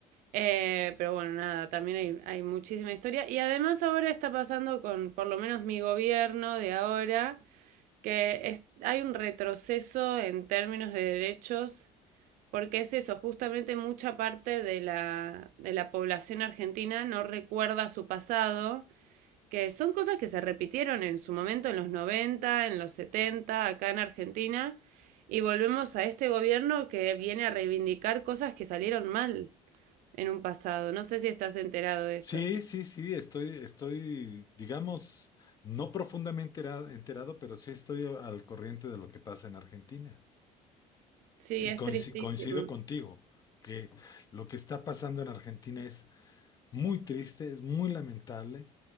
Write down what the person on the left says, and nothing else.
Sí, sí, sí, estoy, estoy, digamos, no profundamente era- enterado, pero sí estoy al corriente de lo que pasa en Argentina.
Y
coinci-
coincido contigo, que lo que está pasando en Argentina es muy triste, es muy lamentable,